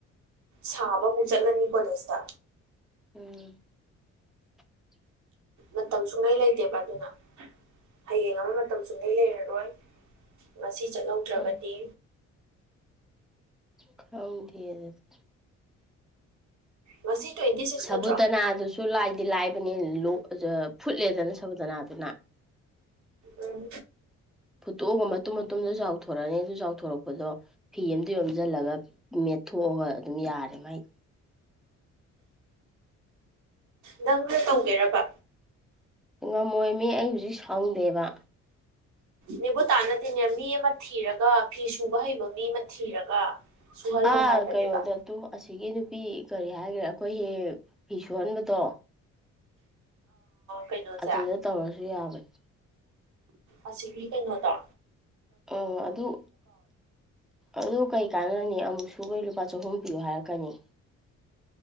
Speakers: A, on the right; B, in the centre.
A: ꯁꯥꯕꯃꯨꯛ ꯆꯠꯂꯅꯤ ꯀꯣꯂꯦꯖꯇ
B: ꯎꯝ <inaudible>
A: ꯃꯇꯝ ꯁꯨꯡꯂꯩ ꯂꯩꯇꯦꯕ ꯑꯗꯨꯅ ꯍꯌꯦꯡ ꯑꯃ ꯃꯇꯝ ꯁꯨꯡꯂꯩ ꯂꯩꯔꯔꯣꯏ ꯉꯁꯤ ꯆꯠꯍꯧꯗ꯭ꯔꯕꯗꯤ
B: ꯎꯝ ꯈꯪꯗ‌ꯦ ꯑꯗꯨꯗꯤ
A: ꯉꯁꯤ ꯇ꯭ꯋꯦꯟꯇꯤ ꯁꯤꯛꯁ
B: ꯁꯕꯨꯗꯅꯥꯗꯨꯁꯨ
A: ꯅꯠꯇ꯭ꯔꯣ
B: ꯂꯥꯏꯗꯤ ꯂꯥꯏꯕꯅꯤ ꯂꫭꯛ ꯖ ꯐꯨꯠꯂꯦꯗꯅ ꯁꯧꯕꯨꯗꯅꯥ ꯑꯗꯨꯅ
A: ꯎꯝ
B: ꯐꯠꯇꯣꯒ ꯃꯇꯨꯝ ꯃꯇꯣꯝꯗꫭ ꯆꯥꯎꯊꯣꯔꯛꯑꯅꯤ ꯑꯗꯨ ꯆꯥꯎꯊꯣꯔꯛꯄꯗꯣ ꯐꯤ ꯑꯗ ꯌꯣꯝꯁꯤꯜꯂꯒ ꯃꯦꯠꯊꯣꯛꯑꯒ ꯑꯗꯨꯝ ꯌꯥꯔꯦ ꯃ ꯃꯥꯏ <unintelligible>
A: ꯅꯪꯒꯥ ꯇꯧꯒꯦꯔꯕ
B: ꯉꯝꯃꯣꯏ ꯃꯤ ꯑꯩ ꯍꯧꯖꯤꯛ ꯁꯪꯗꯦꯕ
A: ꯅꯦꯕꯨꯇꯥꯟ ꯅꯗꯤꯅꯦ ꯃꯤ ꯑꯃ ꯊꯤꯔꯒ ꯐꯤ ꯁꯨꯕ ꯍꯩꯕ ꯃꯤ ꯑꯃ ꯊꯤꯔꯒ ꯁꯨꯍꯜꯂꯣ
B: ꯑꯥ
A: ꯍꯥꯏꯕꯅꯦꯕ
B: ꯀꯩꯅꯣꯗ ꯇꯨ ꯑꯁꯤꯒꯤ ꯅꯨꯄꯤ ꯀꯔꯤ ꯍꯥꯏꯈ꯭ꯔꯦ ꯑꯩꯈꯣꯏ ꯍꯦ ꯐꯤ ꯁꯨꯍꯟꯕ ꯇꯣ
A: ꯀꯩꯅꯣꯁꯦ
B: ꯑꯗꯨꯗ ꯇꯧꯔꯁꯨ ꯌꯥꯕꯅ‌ꯦ
A: ꯑꯁꯤꯒꯤ ꯀꯩꯅꯣꯗ
B: ꯑꯣ ꯑꯗꯨ ꯑꯗꯨ ꯀꯩ ꯀꯥꯟꯅꯔꯅꯤ ꯑꯃꯨꯛ ꯁꯨꯕꯩ ꯂꯨꯄꯥ ꯆꯍꯨꯝ ꯄꯤꯌꯨ ꯍꯥꯏꯔꯛꯀꯅꯤ